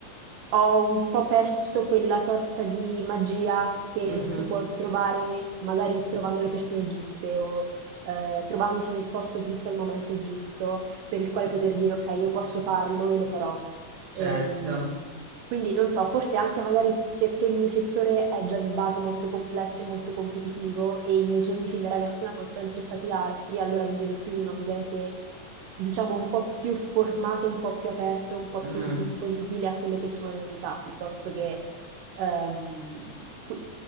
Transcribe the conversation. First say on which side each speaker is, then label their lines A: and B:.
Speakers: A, on the right; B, on the right.
A: ho un po' perso quella sorta di magia che
B: mh-mh,
A: si può trovare magari trovando le persone giuste o eh, trovandosi nel posto giusto al momento giusto, per il quale poter dire ok, io posso farlo e lo farò.
B: certo.
A: Ehm, quindi non so, forse anche magari perché il mio settore è già di base molto complesso e molto competitivo e i miei sogni fin da ragazzina sono sempre stati altri, allora mi vedo più in un ambiente, diciamo, un po' più formato, un po' più aperto, un po'
B: Mh,
A: più disponibile a quelle che sono le novità, piuttosto che ehm, qui.